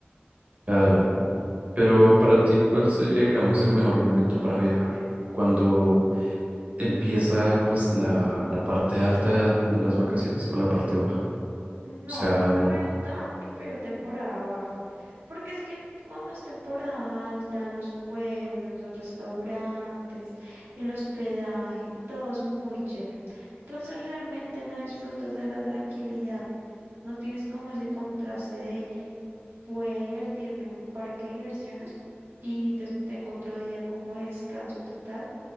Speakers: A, on the right (about 35°); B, on the right (about 70°).
A: Claro. Pero para ti, ¿cuál sería, digamos, el mejor momento para viajar? ¿Cuando empieza, pues, la, la parte alta de las vacaciones o la parte baja? O
B: No,
A: sea,
B: la
A: n-
B: verdad prefiero temporada baja, porque es que cuando es temporada alta, los pueblos, los restaurantes, el hospedaje, todo es muy lleno. Entonces realmente no disfrutas de la tranquilidad, no tienes como ese contraste de voy a divertirme en un parque de diversiones y des- tengo otro día como descanso total.